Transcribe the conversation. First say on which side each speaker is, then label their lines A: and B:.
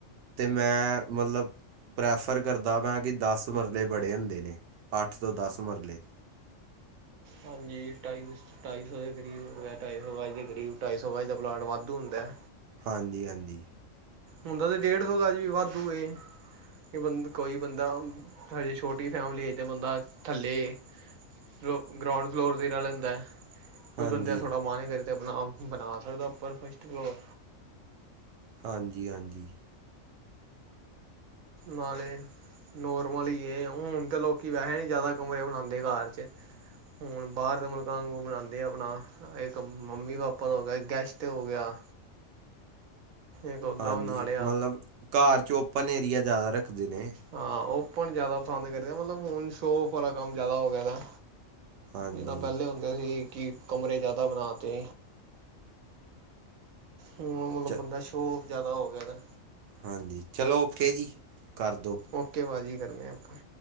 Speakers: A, on the right; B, on the right.
A: ਤੇ ਮੈਂ ਮਲਬ ਪ੍ਰੈਫਰ ਕਰਦਾ ਪਿਆ ਕਿ ਦਸ ਮਰਲੇ ਬੜੇ ਹੁੰਦੇ ਨੇ, ਅੱਠ ਤੋਂ ਦਸ ਮਰਲੇ।
B: ਹਾਂਜੀ ਢਾਈ ਵਿਸ ਢਾਈ ਸੌ ਦੇ ਕਰੀਬ ਹੋ ਗੇਆ ਢਾਈ ਸੌ ਗਜ ਦੇ ਕਰੀਬ ਢਾਈ ਸੌ ਗਜ ਦਾ ਪਲਾਂਟ ਵਾਧੂ ਹੁੰਦਾਏ।
A: ਹਾਂਜੀ, ਹਾਂਜੀ।
B: ਹੁੰਦਾ ਤੇ ਡੇਢ ਸੌ ਗਜ ਵੀ ਵਾਧੂ ਏ। ਕਿ ਬੰਦ ਕੋਈ ਬੰਦਾ ਹਜੇ ਛੋਟੀ ਫੈਮਿਲੀ ਐ ਤੇ ਬੰਦਾ ਥੱਲੇ ਗ੍ਰੋ ਗਰਾਊਂਡ ਫਲੋਰ 'ਤੇ ਈ ਰੈ ਲੈਂਦਾ ਏ
A: ਹਾਂਜੀ
B: ਬੰਦੇ ਦਾ ਥੋੜਾ ਮਨ ਕਰੇ ਆਪਣਾ ਬਣਾ ਸਕਦੈ ਉਪਰ ਫਸਟ ਫਲੋਰ
A: ਹਾਂਜੀ- ਹਾਂਜੀ।
B: ਨਾਲੇ ਨੋਰਮਲ ਈ ਏ ਉਂ ਹੁਣ ਤਾਂ ਲੋਕੀ ਵੈਹੇ ਨੀ ਜ਼ਿਆਦਾ ਕਮਰੇ ਬਣਾਂਦੇ ਘਰ 'ਚ। ਹੁਣ ਬਾਅਰ ਦੇ ਮੁਲਕਾਂ ਨੂੰ ਬਣਾਂਦੇ ਆਪਣਾ ਹਾਂ ਇੱਕ ਮੰਮੀ ਪਾਪਾ ਦਾ ਹੋ ਗਿਆ ਗੈਸਟ ਹੋ ਗਿਆ। ਇੱਕ ਉੱਦਾਂ
A: ਹਾਂਜੀ,
B: ਬਣਾ ਲਿਆ
A: ਮਲਬ ਘਰ ਚ ਓਪਨ ਏਰੀਆ ਜ਼ਿਆਦਾ ਰੱਖਦੇ ਨੇ।
B: ਹਾਂ ਓਪਨ ਜ਼ਿਆਦਾ ਪਸੰਦ ਕਰਦੇ ਆ ਮਲਬ ਹੁਣ ਸ਼ੋ ਓਫ ਵਾਲਾ ਕੰਮ ਜਿਆਦਾ ਹੋ ਗਿਆ ਏਦਾ।
A: ਹਾਂਜੀ
B: ਜਿਦਾਂ ਪੈਲੇ ਹੁੰਦੇ ਸੀ ਕਿ ਕਮਰੇ ਜ਼ਿਆਦਾ ਬਣਾ ਤੇ ਹੁੰ ਮਲਬ
A: ਚ
B: ਬੰਦਾ ਸ਼ੋ ਓਫ ਜਿਆਦਾ ਹੋ ਗਿਆ ਏਦਾ।
A: ਹਾਂਜੀ ਚਲੋ ਓਕੇ ਜੀ, ਕਰ ਦੋ-
B: ਓਕੇ ਬਾਜੀ ਕਰਨੇ ਆ ਆਪਾਂ।